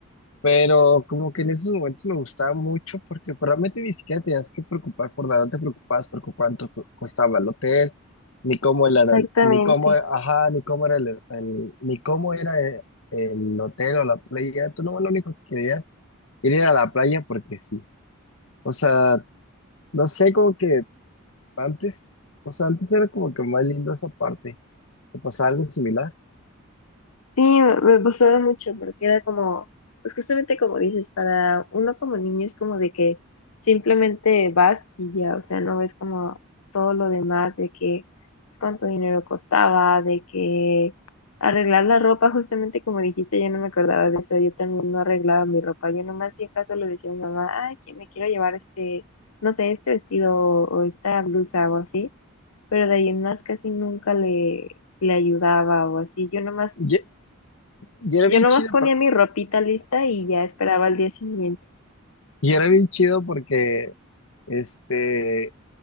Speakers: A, on the left; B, on the left.
A: Pero como que en esos momentos me gustaba mucho porque pues, realmente ni siquiera tenías que preocupar por nada, no te preocupabas por cu- cuánto co- costaba el hotel, ni cómo era, el-
B: Exactamente.
A: ni cómo, ajá, ni cómo era el, el- ni cómo era el, el hotel o la playa. Tú no, lo único que querías era a la playa porque sí. O sea, no sé, como que antes, o sea, antes era como que más lindo esa parte. ¿Te pasaba algo similar?
B: Sí, me, me gustaba mucho porque era como, pues justamente como dices, para uno como niño es como de que simplemente vas y ya, o sea, no ves como todo lo demás de que pues, cuánto dinero costaba, de que arreglar la ropa, justamente como dijiste, yo no me acordaba de eso, yo también no arreglaba mi ropa, yo nomás si acaso le decía a mi mamá, ay, que me quiero llevar este, no sé, este vestido o esta blusa o así. pero de ahí en más casi nunca le, le ayudaba o así. Yo nomás,
A: Y, y era
B: yo
A: bien
B: nomás
A: chido,
B: ponía
A: pero-
B: mi ropita lista y ya esperaba al día siguiente.
A: y era bien chido porque este,